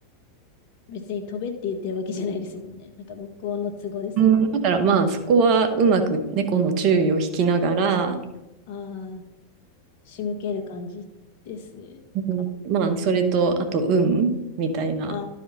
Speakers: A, on the left; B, on the right.
A: う別に飛べって言ってるわけじゃないですもんね。<laughs> なんか向こうの都合ですよね。
B: うんだからまあそこはうまく猫の注意を引きながら、
A: ああ、仕向ける感じです
B: うんまあそれとあと運みたいな
A: か。あ